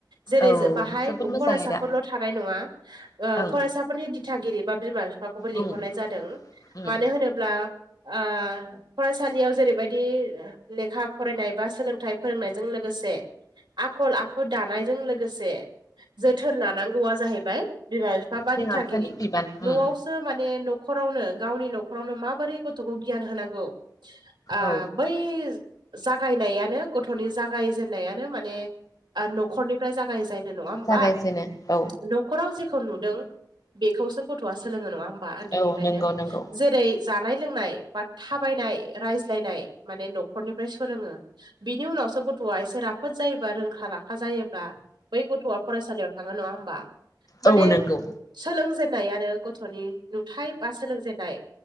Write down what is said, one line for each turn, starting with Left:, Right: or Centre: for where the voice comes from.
Right: जेरै
Left: औ
Right: बाहाय
Left: जोबोद
Right: फरायसाफोरल'
Left: मोजां आयदा
Right: थानाय नङा ओ
Left: ओं
Right: फरायसाफोरनि दिथागिरि बा बिमा फाखौबो लिंहरनाय
Left: ओं
Right: जादों
Left: ओम
Right: मानो होनोब्ला ओ फरायसालियाव जेरैबायदि लेखा फरायनाय बा सोलोंथाइ फोरोंनायजों लोगोसे आखल आखु दानायजों लोगोसे जोथोन लानांगौआ जाहैबाय बिमा बिफ बा बा
Left: बिमा
Right: दिथागिरि
Left: बिफानि बिबान
Right: न'आव
Left: ओम
Right: नो माने न'खरावनो गावनि न'खरावनो माबोरै गथ'खौ गियान होनांगौ आ
Left: औ
Right: बै जागायनायानो गथ'नि जागायजेनन्नायानो माने न'खरनिफ्राय जागायजायनाय नङा होमबा?
Left: जागायजेनो औ
Right: न न'खराव जेखौ नुदों बेखौसो गथ'आ सोलोङो नङा होमबा उन्दैनिफ्रायनो?
Left: औ नंगौ नंगौ
Right: जेरै जानाय लोंनाय बा थाबायनाय रायज्लायनाय माने न'खरनिफ्राय सोलोङो। बिनि उनावसो गथ'आ एसे राफोद जायोबा रोंखा राखा जायोब्ला बै गथ'आ फरायसालियाव थाङो नङा होमबा? माने
Left: औ नंगौ
Right: सोलोंजेनन्नायानो गथ'नि नुथाय बा सोलोंजेनन्नाय